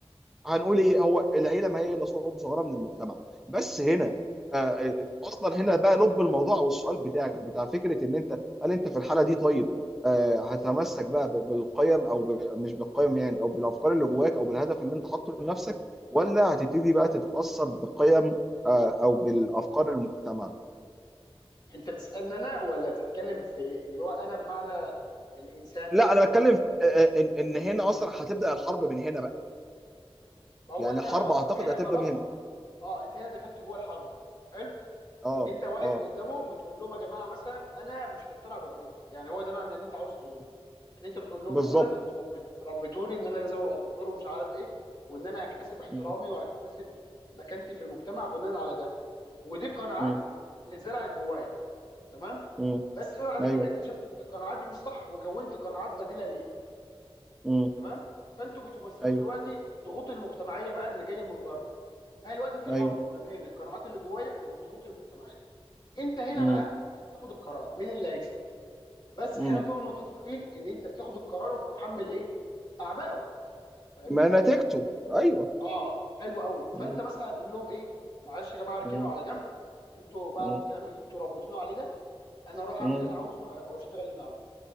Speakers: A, in the centre; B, on the left (about 45°).
A: هنقول ايه هو العيله ما هي الا صعوبه صغيره من المجتمع بس هنا آه، آه، اصلا هنا بقى لب الموضوع والسؤال بتاعك بتاع فكره ان انت هل انت في الحاله دي طيب آه، هتتمسك بقى ب- بالقيم او ب- مش بالقيم يعني او بالافكار اللي جواك او بالهدف اللي انت حاطه لنفسك ولا هتبتدي بقى تتاثر بقيم آه، او بالافكار المجتمع
B: انت بتسالني انا ولا بتتكلم في اللي هو انا بمعنى الانسان
A: لا انا بتكلم آه، آه، ان إن هنا اصلا هتبدا الحرب من هنا بقى
B: ما هو
A: يعني
B: انت
A: الحرب
B: اه
A: اعتقد
B: انت هنا
A: هتبدا
B: خلاص
A: من هنا
B: اه انت هنا دخلت جوه الحرب حلو
A: اه
B: ان انت واقف
A: اه
B: قدامهم بتقول لهم يا جماعه مثلا انا مش مقتنع برايكم يعني هو ده معنى اللي انت عاوز تقوله
A: مم.
B: ان انت بتقول لهم
A: بالظبط
B: مثلا انتوا ربت ربتوني ان انا لازم ابقى دكتور ومش عارف ايه وان انا هكتسب احترامي
A: مم.
B: وهكتسب مكانتي في المجتمع بناء على ده ودي قناعات
A: مم.
B: اللي اتزرعت جوايا تمام
A: مم.
B: بس انا بعد
A: ايوه
B: كده اكتشفت ان القناعات دي مش صح وكونت قناعات بديله ليها
A: مم.
B: تمام فانتوا بتمثلوا
A: ايوه
B: دلوقتي الضغوط المجتمعيه بقى اللي جايه من بره هي دلوقتي في
A: ايوه
B: حرب ما بين القناعات اللي جوايا والضغوط المجتمعيه انت هنا
A: مم.
B: بقى اللي بتاخد القرار مين اللي هيكسب بس
A: مم.
B: خلينا نكون متفقين ان انت بتاخد القرار وبتتحمل ايه اعبائه فاهمني
A: ما نتيجته ايوه
B: اه حلو قوي فانت
A: مم.
B: مثلا هتقول لهم ايه معلش يا جماعه اركنوا
A: مم.
B: على جنب انتوا بقى
A: مم.
B: والكلام اللي انتوا ربيتونا عليه ده انا اروح اعمل
A: مم.
B: اللي انا عاوزه وه- واشتغل اللي انا عاوزه